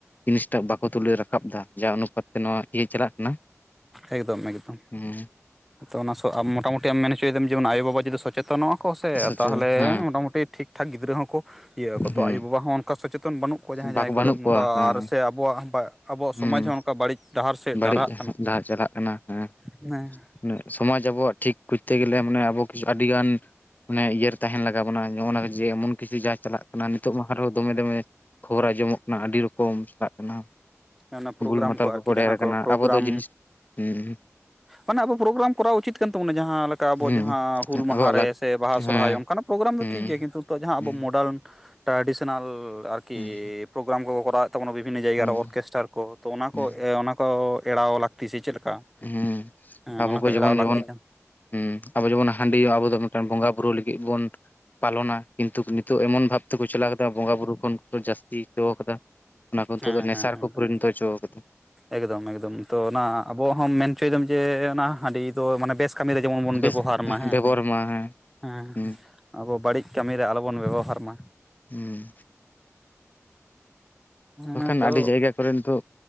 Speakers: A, on the left; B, in the centre.
A: ᱡᱤᱱᱤᱥᱴᱟᱜ ᱵᱟᱠᱚ ᱛᱩᱞᱟᱹᱣ ᱨᱟᱠᱟᱵ ᱮᱫᱟ ᱡᱟ ᱚᱱᱩᱯᱟᱛ ᱛᱮ ᱱᱚᱣᱟ ᱤᱭᱟᱹ ᱪᱟᱞᱟᱜ ᱠᱟᱱᱟ᱾
B: ᱮᱠᱫᱚᱢ ᱮᱠᱫᱚᱢ
A: ᱦᱮᱸ
B: ᱚᱱᱟ ᱢᱚᱴᱟ ᱢᱩᱴᱤ ᱟᱢ ᱢᱮᱱ ᱦᱚᱪᱚᱭᱟᱢ ᱡᱮᱢᱚᱱ ᱟᱭᱳ ᱵᱟᱵᱟᱼᱼ ᱡᱩᱫᱤ ᱥᱚᱪᱮᱛᱚᱱᱚᱜᱼᱟ ᱠᱚ ᱥᱮ
A: ᱥᱚᱪᱮ
B: ᱛᱟᱦᱚᱞᱮ
A: ᱦᱮᱸ
B: ᱢᱚᱴᱟ ᱢᱩᱴᱤ ᱴᱷᱤᱠ ᱴᱷᱟᱠ ᱜᱤᱫᱽᱨᱟᱹ ᱦᱚᱸᱠᱚᱼᱼ ᱤᱭᱟᱹ ᱠᱚ ᱛᱚ
A: ᱦᱩᱸ
B: ᱟᱭᱳ ᱵᱟᱵᱟ ᱦᱚᱸ ᱚᱱᱠᱟ ᱥᱚᱪᱮᱛᱚᱱ ᱵᱟᱹᱱᱩᱜ ᱠᱚᱣᱟ ᱡᱟᱦᱟᱸᱭ
A: ᱵᱟᱠ
B: ᱡᱟᱦᱟᱸᱭ
A: ᱵᱟᱹᱱᱩᱜ
B: ᱠᱚᱨᱮ ᱱᱚᱝᱠᱟ
A: ᱠᱚᱣᱟ ᱦᱮᱸ
B: ᱟᱨ ᱥᱮ ᱟᱵᱚᱣᱟᱜ ᱟᱵᱚᱣᱟᱜ
A: ᱦᱩᱸ
B: ᱥᱚᱢᱟᱡᱽ ᱦᱚᱸᱼᱼ ᱚᱠᱟ ᱵᱟᱹᱲᱤᱡ ᱰᱟᱦᱟᱨ ᱥᱮᱫ
A: ᱵᱟᱹᱲᱤᱡ
B: ᱰᱟᱨᱦᱟᱜ ᱠᱟᱱᱟ᱾
A: ᱰᱟᱦᱟᱨ ᱪᱟᱞᱟᱜ ᱠᱟᱱᱟ ᱦᱮᱸ
B: ᱦᱮᱸ
A: ᱢᱟᱱᱮ ᱥᱚᱢᱟᱡ ᱟᱵᱚᱣᱟᱜ ᱴᱷᱤᱠ ᱠᱚᱨᱛᱮ ᱜᱮᱞᱮ ᱢᱟᱱᱮ ᱟᱵᱚ ᱠᱤᱪᱷᱩ ᱟᱹᱰᱤᱜᱟᱱᱼᱼ ᱢᱟᱱᱮ ᱤᱭᱟᱹᱨᱮ ᱛᱟᱦᱮᱱ ᱞᱟᱜᱟᱣ ᱵᱚᱱᱟ ᱱᱚᱜᱼᱚᱱᱟ ᱡᱮ ᱮᱢᱚᱱ ᱠᱤᱪᱷᱩᱼᱼ ᱪᱟᱞᱟᱜ ᱠᱟᱱᱟ ᱱᱤᱛᱚᱜ ᱢᱟ ᱦᱟᱨᱚᱜ ᱫᱚᱢᱮ ᱫᱚᱢᱮ ᱠᱷᱚᱵᱚᱨ ᱟᱸᱡᱚᱢᱚᱜ ᱠᱟᱱᱟ ᱟᱹᱰᱤ ᱨᱚᱠᱚᱢ ᱪᱟᱞᱟᱜ ᱠᱟᱱᱟ᱾
B: ᱚᱱᱟ ᱯᱨᱳᱜᱨᱟᱢ
A: ᱵᱩᱞ ᱢᱟᱛᱟᱞ
B: ᱠᱚ
A: ᱠᱚᱠᱚ
B: ᱟᱨᱠᱤ ᱡᱟᱦᱟᱸ
A: ᱦᱮᱨ ᱟᱠᱟᱱᱟ
B: ᱠᱚ ᱯᱨᱳᱜᱨᱟᱢ
A: ᱟᱵᱚ ᱫᱚ ᱡᱤᱱᱤᱥ ᱦᱮᱸᱼᱼ
B: ᱢᱟᱱᱮ ᱟᱵᱚ ᱯᱨᱳᱜᱨᱟᱢ ᱠᱚᱨᱟᱣ ᱩᱪᱤᱛ ᱠᱟᱱ ᱛᱟᱵᱚᱱᱟ ᱡᱟᱦᱟᱸ ᱞᱮᱠᱟ ᱟᱵᱚ
A: ᱦᱩᱸ
B: ᱡᱟᱦᱟᱸ ᱦᱩᱞ ᱢᱟᱦᱟ
A: ᱟᱵᱚᱣᱟᱜ
B: ᱨᱮ
A: ᱞᱟᱠ
B: ᱥᱮ ᱵᱟᱦᱟ
A: ᱦᱮᱸ
B: ᱥᱚᱨᱦᱟᱭ ᱚᱱᱠᱟ ᱱᱟᱜ᱾ ᱯᱨᱳᱜᱨᱟᱢ
A: ᱦᱩᱸ
B: ᱫᱚ ᱴᱷᱤᱠ ᱜᱮᱭᱟ ᱠᱤᱱᱛᱩ ᱱᱤᱛᱚᱜ ᱡᱟᱦᱟᱸ
A: ᱦᱩᱸ
B: ᱟᱵᱚ ᱢᱚᱰᱟᱨᱱᱼᱼ ᱴᱨᱟᱰᱤᱥᱚᱱᱟᱞ ᱟᱨᱠᱤ
A: ᱦᱩᱸ
B: ᱯᱨᱳᱜᱨᱟᱢ ᱠᱚᱠᱚ ᱠᱚᱨᱟᱣᱮᱫ ᱛᱟᱵᱚᱱᱟ ᱵᱤᱵᱷᱤᱱᱱᱚ ᱡᱟᱭᱜᱟ
A: ᱦᱩᱸ
B: ᱨᱮ ᱚᱨᱼᱼ ᱢᱟᱥᱴᱟᱨ ᱠᱚ ᱛᱚ ᱚᱱᱟ
A: ᱦᱩᱸ
B: ᱠᱚ ᱚᱱᱟ ᱠᱚ ᱮᱲᱟᱣ ᱞᱟᱹᱠᱛᱤ ᱥᱮ ᱪᱮᱫ ᱞᱮᱠᱟ?
A: ᱦᱮᱸ
B: ᱦᱮᱸ
A: ᱟᱵᱚ
B: ᱚᱱᱟ
A: ᱠᱚ ᱡᱮᱢᱚᱱ
B: ᱮᱲᱟᱣ ᱞᱟᱹᱠᱛᱤ
A: ᱡᱮᱢᱚᱱᱼᱼ
B: ᱠᱟᱱ
A: ᱦᱩᱸ ᱟᱵᱚ ᱡᱮᱢᱚᱱ ᱦᱟᱸᱰᱤ ᱟᱵᱚ ᱫᱚ ᱢᱤᱫᱴᱟᱱ ᱵᱚᱸᱜᱟ ᱵᱩᱨᱩ ᱞᱟᱹᱜᱤᱫ ᱵᱚᱱᱼᱼ ᱯᱟᱞᱚᱱᱟ ᱠᱤᱱᱛᱩ ᱱᱤᱛᱚᱜ ᱮᱢᱚᱱ ᱵᱷᱟᱵ ᱛᱮᱠᱚ ᱪᱟᱞᱟᱣ ᱠᱮᱫᱟ ᱵᱚᱸᱜᱟ ᱵᱩᱨᱩ ᱠᱷᱚᱱ ᱡᱟᱹᱥᱛᱤ ᱦᱚᱪᱚᱣ ᱠᱟᱫᱟ᱾ ᱚᱱᱟ ᱠᱚ ᱱᱤᱛᱚᱜ
B: ᱦᱮᱸ
A: ᱫᱚ ᱱᱮᱥᱟ
B: ᱦᱮᱸ
A: ᱨᱮ ᱠᱚ
B: ᱮᱠᱫᱚᱢ
A: ᱯᱩᱨᱤᱱᱚᱛ ᱦᱚᱪᱚ ᱠᱟᱫᱟ᱾
B: ᱮᱠᱫᱚᱢ ᱮᱠᱫᱚᱢ ᱛᱚ ᱚᱱᱟ ᱟᱵᱚ ᱦᱚᱸᱚᱢ ᱢᱮᱱ ᱚᱪᱚ ᱭᱮᱫᱟᱢ ᱡᱮ ᱚᱱᱟ ᱦᱟᱹᱰᱤ ᱫᱚ ᱢᱟᱱᱮ ᱵᱮᱥᱼᱼ ᱠᱟᱹᱢᱤ ᱨᱮ ᱡᱮᱢᱚᱱ ᱵᱚᱱ
A: ᱵᱮᱥ
B: ᱵᱮᱵᱚᱦᱟᱨ ᱢᱟ ᱦᱮᱸ
A: ᱵᱮᱵᱚᱦᱟᱨ ᱢᱟ ᱦᱮᱸ
B: ᱦᱮᱸᱼᱼ
A: ᱦᱩᱸ
B: ᱟᱵᱚ ᱵᱟᱹᱲᱤᱡ ᱠᱟᱹᱢᱤ ᱨᱮ ᱟᱞᱚᱵᱚᱱ ᱵᱮᱵᱚᱦᱟᱨ ᱢᱟ᱾
A: ᱦᱮᱸ
B: ᱦᱮᱸ
A: ᱵᱟᱠᱷᱟᱱ
B: ᱛᱚ
A: ᱟᱹᱰᱤ ᱡᱟᱭᱜᱟ ᱠᱚᱨᱮ ᱱᱤᱛᱚᱜ